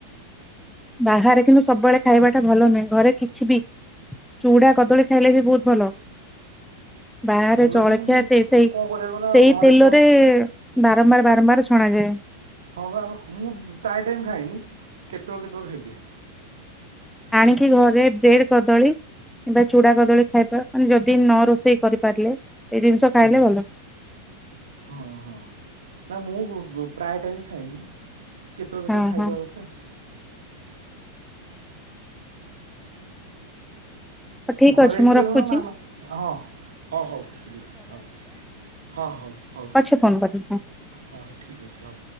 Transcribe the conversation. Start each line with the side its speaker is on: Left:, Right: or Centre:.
Centre: ବାହାରେ କିନ୍ତୁ ସବୁବେଳେ ଖାଇବା ଟା ଭଲ ନୁହେଁ ଘରେ କିଛି ବି ଚୁଡା କଦଳୀ ଖାଇଲେ ବି ବହୁତ୍ ଭଲ। ବାହାରେ
Right: ଭଲ
Centre: ଜଳଖିଆ
Right: ଯେ କିନ୍ତୁ
Centre: ଦେଇ ସେଇ
Right: କ'ଣ କରିବାକୁ ନା ଆଉ
Centre: ସେଇ
Right: ଘରେ
Centre: ତେଲରେ
Right: ତ
Centre: ବାରମ୍ବାର ବାରମ୍ବାର ଛଣାଯାଏ।
Right: ହଁ ବା ମୁଁ ପ୍ରାୟ ଟାଇମ୍ ଖାଏନି କେତେବେଳେ କେତେବେଳେ ଖାଇଦିଏ।
Centre: ଆଣିକି ଘରେ ବ୍ରେଡ କଦଳୀ କିମ୍ବା ଚୁଡା କଦଳୀ ଖାଇବା ମାନେ ଯଦି ନ ରୋଷେଇ କରିପାରିଲେ ଏଇ ଜିନିଷ
Right: ହୁଁ
Centre: ଖାଇଲେ ଭଲ।
Right: ହଁ ହଁ ନା ମୁଁ ପ୍ରାୟ ଟାଇମ୍ ଖାଏନି କେତେବେଳେ କେତେବେଳେ
Centre: ହଁ
Right: ଖାଇବା
Centre: ହଁ
Right: କଥା।
Centre: ଠିକ
Right: ଘରେ
Centre: ଅଛି
Right: ହେଇଥିଲେ
Centre: ମୁଁ ରଖୁଛି
Right: କଣ ମାମା ହଁ। ହଁ ହଉ ଠିକ୍ ଅଛି ହଉ ହଁ ହଉ ହଉ।
Centre: ପଛେ ଫୋନ କରିବି ହଁ।
Right: ହ ଠିକ ଅଛି ହଉ।